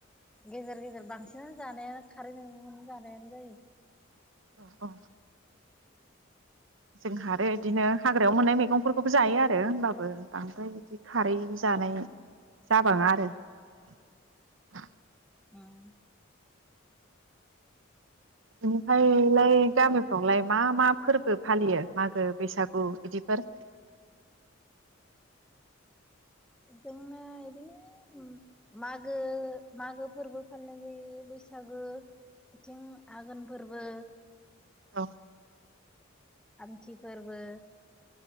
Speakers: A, in the centre; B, on the right (about 65°).
A: गेजेर गेजेर बांसिनानो जानाया खारै मैगंनो जानायानो जायो।
B: अ अ जोंहा आरो इदिनो हाग्रायाव मोननाय मैगंफोरखौबो जायो आरो होमबाबो बांद्राय इदि खारै जानाय
A: औ
B: जाबाङा <unintelligible>
A: उम
B: बिनिफायलाय गामिफ्रावलाइ मा मा फोर्बो फालियो मागो बैसागु इदिफोर?
A: जोंना बिदिनो मागो मागो फोर्बो फालिनाय जायो बैसागो बिथिं आगोलफोरबो
B: औ
A: आमथि फोर्बो